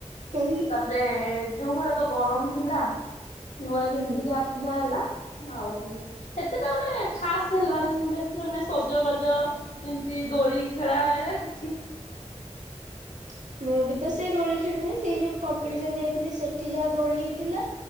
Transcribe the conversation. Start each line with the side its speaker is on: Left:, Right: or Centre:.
Right: ହୁଁ
Left: ତାପରେ ଯୋଉ ଭଳିଆ ତ ଗରମ ଥିଲା। ନୂଆ ଯେମିତି
Right: ହୁଁ।
Left: ଯାହା ପି ଲା ଆଉ। ଏତେଟା ଗୋଟେ ଖାସ୍ ହେଲାନି ବେଶୀ ମାନେ ସଜବାଜ ଏମିତି ଦୋଳି ଖେଳା ଏଇରା କି
Right: <inaudible> ମୁଁ ବି ତ ସେଇ ଦୋଳି ଖେଳିିନି ସେଇ ଯୋଉ କ କମ୍ପିଡିସନ ଯାଇଥିଲି ସେଠି ଯାହା ଦୋଳି ହେଇଥିଲା।